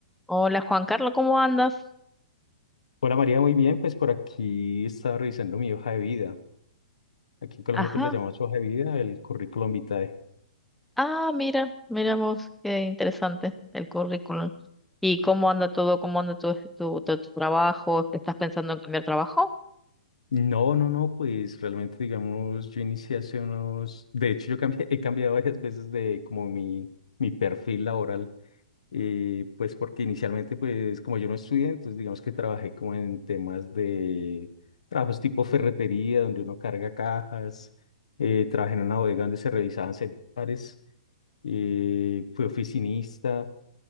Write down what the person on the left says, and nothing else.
Hola María, muy bien, pues por aquí estaba revisando mi hoja de vida. Aquí en Colombia
pues la llamamos hoja de vida, el currículum vitae.
No, no, no, pues realmente digamos, yo inicié hace unos, de hecho yo cambié- <laughs> he cambiado varias veces de como mi, mi perfil laboral, eh, pues porque inicialmente pues como yo no estudié, entonces digamos que trabajé como en temas de trabajos tipo ferretería, donde uno carga cajas, eh, trabajé en una bodega donde se revisaban celulares, eh, fui oficinista.